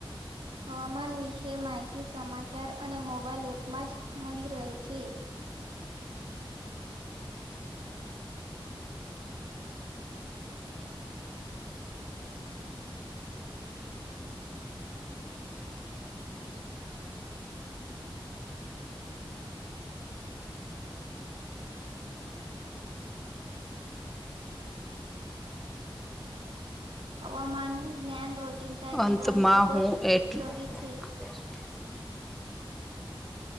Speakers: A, on the right; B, in the centre.
A: હવામાન વિશે માહિતી સમાચાર અને મોબાઈલ એપમાં જ મળી રહે છે. હવામાન જ્ઞાન રોજિંદા જીવન
B: અંતમાં
A: ખુબ
B: હું
A: જ
B: એટ
A: ઉપયોગી છે.
B: <inaudible>